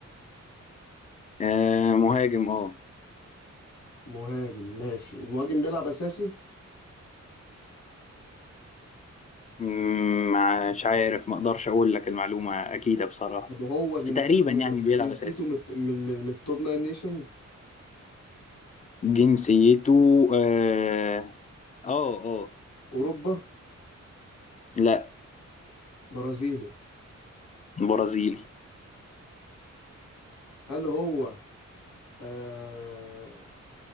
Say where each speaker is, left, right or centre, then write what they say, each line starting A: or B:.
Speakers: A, on the left (about 25°); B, on the left (about 65°).
A: آه مهاجم اه
B: مهاجم ماشي المهاجم بيلعب اساسي
A: مم، مش عارف ما اقدرش اقول لك المعلومة اكيدة بصراحة
B: طب هو
A: بس
B: جنسيته
A: تقريبا يعني
B: م-
A: بيلعب
B: جنسيته
A: اساسي
B: من من من من التوب 9 نيشنز
A: جنسيته اه اه آه.
B: اوروبا
A: لا
B: برازيلي
A: برازيلي
B: هل هو آه